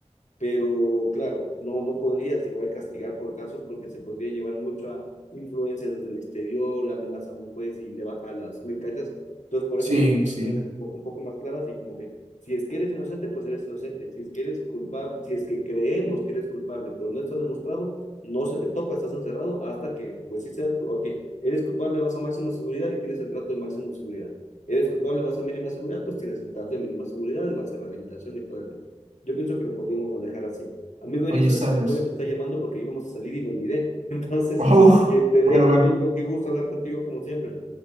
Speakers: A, on the left; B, on the right.
A: pero claro, pues, no, no podrías igual castigar por casos porque se podría llevar mucho a influencias desde el exterior, amenaza a un juez y le baja las mercancías. Entonces, por
B: sí,
A: eso las
B: sí.
A: cosas deben ser como que un poco más claras y como que si es que eres inocente, pues eres inocente. Si es que eres culpable, si es que creemos que eres culpable, pero no está demostrado, no se te topa, estás encerrado hasta que, pues sí seas, ok, eres culpable, vas a máxima seguridad y tienes el trato de máxima seguridad. Eres culpable, vas a mínima seguridad, pues tienes el trato de mínima seguridad y vas a rehabilitación y todo el tema. Yo pienso que lo podríamos manejar así. Amigo Eric,
B: Oye,
A: sabes
B: ¿sabes?
A: que mi novia me está llamando porque íbamos a salir y me olvidé. <laughs> Entonces,
B: <laughs> Oh,
A: eh, te dejo,
B: bueno, bueno.
A: amigo. Qué gusto hablar contigo como siempre.